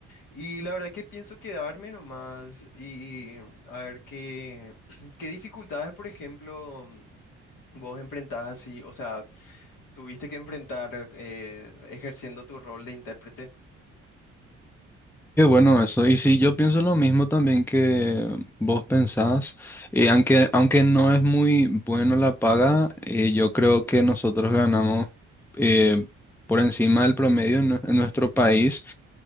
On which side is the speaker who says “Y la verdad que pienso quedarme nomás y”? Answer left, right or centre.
Left